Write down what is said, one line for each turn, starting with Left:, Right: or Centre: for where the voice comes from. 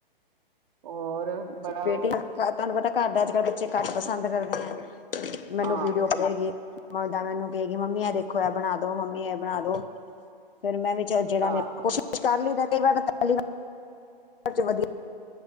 Right: ਹੋਰ। ਬੜਾ
Left: ਬੇਟੀ ਤੁਹਾਨੂੰ ਪਤਾ ਘਰ ਦੇ ਅੱਜ ਕੱਲ ਬੱਚੇ, ਘੱਟ ਪਸੰਦ ਕਰਦੇ ਆ ਮੈਨੂੰ
Right: ਹਾਂ
Left: ਵੀਡੀਓ ਉਦਾ ਮੈਨੂੰ ਕਹੇਗੀ, ਮੰਮੀ ਇਹ ਦੇਖੋ ਇਹ ਬਣਾ ਦੋ ਮੰਮੀ, ਇਹ ਬਣਾ ਦੋ ਫੇਰ ਮੈਂ ਵੀ ਜਿਹੜਾ
Right: ਹਾਂ
Left: ਮੈਂ ਕੋਸ਼ਿਸ਼ ਕਰ ਲੈਂਦਾ, ਕਈ ਵਾਰ ਪੈਲੀ ਵਾਰ 'ਚ ਵਧੀਆ